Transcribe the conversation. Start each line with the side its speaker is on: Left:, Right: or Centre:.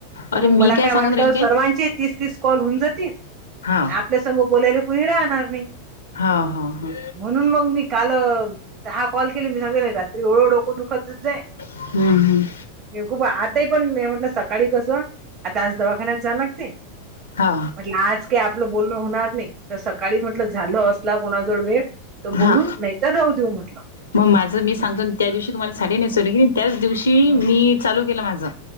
Right: तर
Left: अरे
Right: मग
Left: मी
Right: मला काय
Left: सांगून
Right: वाटलं
Left: राहील काय
Right: सर्वां तीस तीस कॉल होऊन जातील
Left: हा
Right: आपल्यासग बोलायला कोुणी राहणार नाही.
Left: हा.. हा.. ह
Right: म्हणून मग मी काल... तर दहा कॉल केली मी सांगते नाही रात्री एवढं डोक दुखत होते.
Left: हम्म हम्म
Right: खूप आताही पण म म्हटलं सकाळी कसं आता आज दवाखान्यात जाव लागते
Left: हा
Right: म्हट आज काही आपलं बोलणं होणार नाही तर सकाळी म्हटलं झालं असला कोणाजवळ वेळ, तो बोलू
Left: हा
Right: नाहीतर राहू देऊ म्हटलं
Left: मग माझं मी सांगतो त्या दिवशी तुम्हाला साडी नेसवली की त्याच दिवशी
Right: हम्म
Left: मी चालू केलं माझं.